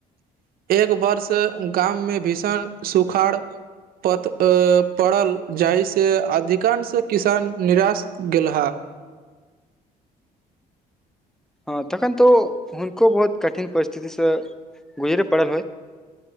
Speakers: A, on the right; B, in the centre.
A: एक वर्ष गाममे भीषण सुखाड़ पत - ए पड़ल जाहिसँ अधिकांश किसान निराश गेलहा
B: हँ तखन तऽ ओ हुनको बहुत कठिन परिस्थितिसँ गुजरै पड़ल होइ